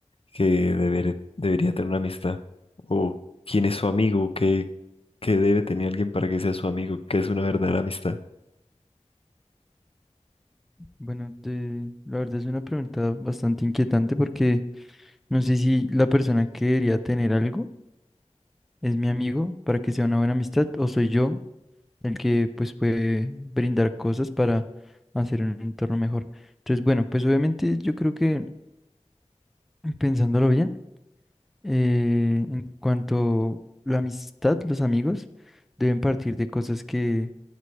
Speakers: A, on the left; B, in the centre.
A: que deber- debería tener una amistad, o quién es su amigo, qué, qué debe tener alguien para que sea su amigo, qué es una verdadera amistad.
B: Bueno, de, la verdad es una pregunta bastante inquietante porque no sé si la persona que debería tener algo es mi amigo para que sea una buena amistad o soy yo el que pues puede brindar cosas para hacer un entorno mejor. Entonces, bueno, pues obviamente yo creo que pensándolo bien, eh, en cuanto la amistad, los amigos deben partir de cosas que